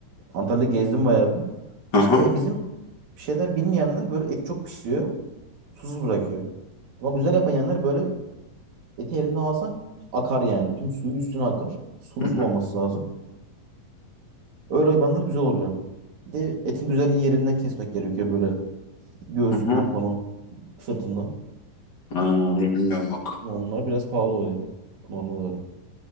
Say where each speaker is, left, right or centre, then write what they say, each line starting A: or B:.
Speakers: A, on the right; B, on the left.
A: Antalya'da gezdim bayağı bir.
B: Hı
A: İşte
B: hı.
A: e, bizim şeyler bilmeyenler böyle et çok pişiriyor. Susuz bırakıyor. Ama güzel yapan yerler böyle eti elinde alsan akar yani. Tüm suyu üstüne akar. Sulu
B: Hı
A: sulaması
B: hı.
A: lazım. Öyle hayvanlar güzel oluyor. Bir de etin güzel yerinden kesmek gerekiyor böyle göğsünden
B: Hı hı.
A: falan sırtından.
B: Ha, onu bilmiyorum bak.
A: Onlar biraz pahalı oluyor normal olarak.